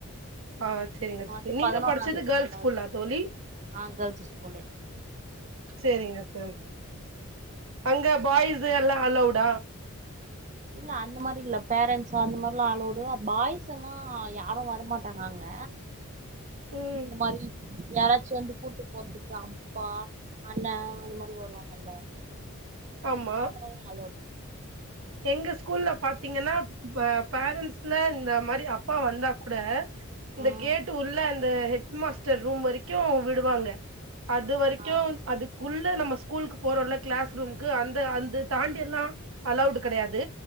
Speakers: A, on the right (about 65°); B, on the right (about 35°).
A: ஆ சேரிங்க
B: இங்க
A: தோழி
B: வந்து
A: நீங்க
B: பதினொன்னாவது
A: படிச்சது கேர்ள்ஸ்
B: பன்னெண்டாவது
A: ஸ்கூல்லா தோழி
B: ஆ கேர்ள்ஸ் ஸ்கூலு
A: சேரிங்க தோழி அங்க பாய்ஸு எல்லா அலோட
B: இல்ல அந்த மாரி இல்ல பேரண்டட்ஸ் அந்த மாதிரல்லா ஆளோடு பாய்ஸ் எல்லாம யாரு வரமாட்டாங்க அங்க
A: ம்
B: இந்த மாரி யாராச்சு வந்து கூட்டு போறதுக்கு அப்பா அண்ணே அந்த மாரி வருவாங்கல்ல
A: ஆமா
B: அவங்க எல்லாருமே அலோடு
A: எங்க ஸ்கூல்ல பாத்தீங்கன்னா ப பேரன்ட்ஸ்ல இந்த மாரி அப்பா வந்தா கூட இந்த
B: ம்
A: கேட்டு உள்ள அந்த ஹெட் மாஸ்டர் ரூம் வரைக்கு விடுவாங்க அது வரைக்கு
B: ஆ
A: அது உள்ள நம்ம ஸ்கூலுக்கு போறோல கிளாஸ் ரூம்க்கு அந்த அந்த தாண்டி எல்லா அலோடு கிடையாது